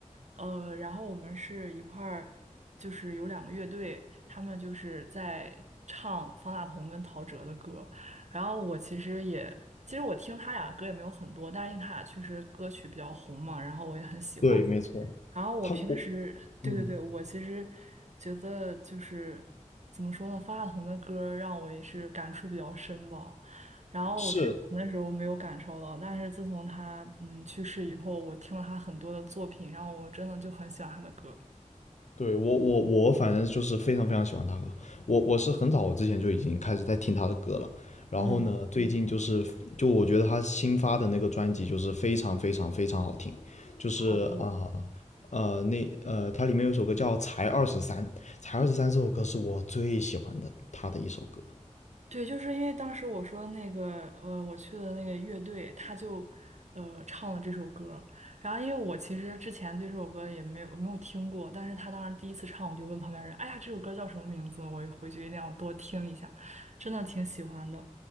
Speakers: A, on the right; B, on the left.
A: 呃，然后我们是一块儿就是有两个乐队，他们就是在唱方大同跟陶喆的歌，然后我其实也。其实我听他俩歌也没有很多，但是因为他俩确实歌曲比较红嘛，然后我也很喜欢。
B: 对，没错，
A: 然后我平时，
B: 他我
A: 对对对，
B: 嗯。
A: 我其实觉得就是怎么说呢，方大同的歌儿让我也是感触比较深吧。然后我之前的时候没有感受到，
B: 是。
A: 但是自从他嗯去世以后，我听了他很多的作品，然后我真的就很喜欢他的歌。
B: 对我我我反正就是非常非常喜欢他歌，我我是很早之前就已经开始在听他的歌了，然后呢，
A: 嗯，
B: 最近就是就我觉得他新发的那个专辑就是非常非常非常好听，就是啊
A: 好的，
B: 呃那呃他里面有一首歌叫《才二十三》，才二十三这首歌是我最喜欢的他的一首歌，
A: 对，就是因为当时我说那个，呃，我去的那个乐队，他就，呃，唱了这首歌儿然后，因为我其实之前对这首歌也没有没有听过，但是他当时第一次唱，我就问旁边人：“哎呀，这首歌叫什么名字？”我回去一定要多听一下，真的挺喜欢的。